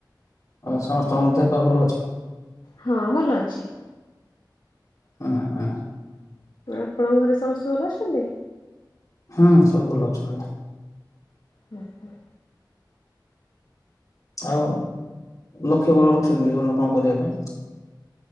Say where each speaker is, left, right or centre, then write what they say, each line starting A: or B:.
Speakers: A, on the left; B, on the left.
A: ଆଉ ସମସ୍ତଙ୍କର ଦେହ ପା ଭଲ ଅଛି?
B: ହଁ ଭଲ ଅଛି।
A: ଆ ହାଁ।
B: ଆପଣଙ୍କ ଘରେ ସମସ୍ତେ ଭଲ ଅଛନ୍ତି?
A: ହୁଁ ସବୁ ଭଲ ଅଛନ୍ତି।
B: ହୁଁ ହୁଁ।
A: ଆଉ ଲକ୍ଷ୍ୟ କଣ ରଖିଛନ୍ତି ଜୀବନରେ କଣ କରିଆ ପାଇଁ?